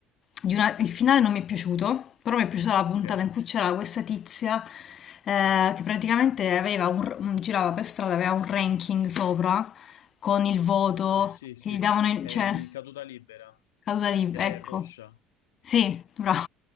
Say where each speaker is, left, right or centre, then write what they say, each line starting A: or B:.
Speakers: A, on the left (about 40°); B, on the left (about 65°).
A: di una- il finale non mi è piaciuto, però mi è piaciuta la puntata
B: Ok?
A: in cui c'era questa tizia eh, che praticamente aveva un r- un- girava per strada, aveva un ranking sopra con il voto
B: Ah, sì, sì.
A: che gli davano, in-
B: Ehm,
A: cioè
B: caduta libera,
A: Causa libera,
B: che lei
A: ecco.
B: è rossa.
A: Sì, bravo.